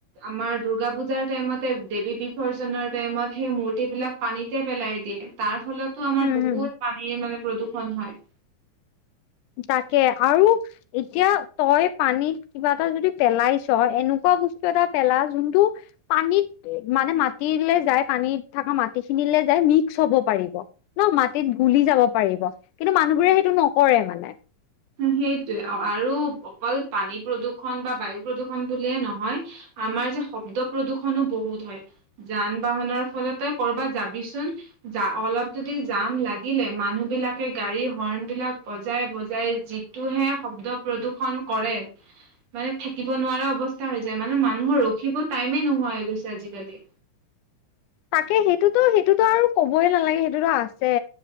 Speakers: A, on the right; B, on the left.
A: আমাৰ দূৰ্গা পুজাৰ টাইমতে দেৱী বিসৰ্জনৰ টাইমত সেই মূৰ্তি বিলাক পানীতে পেলাই দিয়ে। তাৰ ফলতো, আমাৰ
B: হম
A: বহুত!
B: হম
A: পানীৰ মানে, প্ৰদূষণ হয়।
B: তাকে! আৰু এতিয়া তই পানীত কিবা এটা যদি পেলাইছ, এনেকুৱা বস্তু এটা পেলা, যোনটো পানীত মানে, মাটিলে যায়, পানীত থকা মাটিখিনিলে যায়, মিক্স হ'ব পাৰিব। ন' মাটিত গুলি যাব পাৰিব। কিন্তু, মানুহবোৰে সেইটো নকৰে মানে।
A: অ' সেইটোৱে! আৰু অকল পানী প্ৰদূৰ্ষণ বা বায়ু প্ৰদূষণ বুলিয়ে নহয়, আমাৰ যে, শব্দ প্ৰদূৰ্ষণো বহুত হয়। যান-বাহনৰ ফলতেই, কৰ'বাত যাবিচোন? যা অলপ যদি যাম লাগিলে, মানুহ বিলাকে গাড়ী হৰ্ণ বিলাক বজাই-বজাই যিটোহে শব্দ প্ৰদূষণ কৰে! মানে, থাকিব নোৱাৰা অৱস্থা হৈ যায়। মানে, মানুহৰ ৰখিব টাইমে নোহোৱা হৈ গৈছে, আজি কালি।
B: তাকে! সেইটোতো, সেইটোতো আৰু ক'বই নালাগে! সেইটোতো আছে।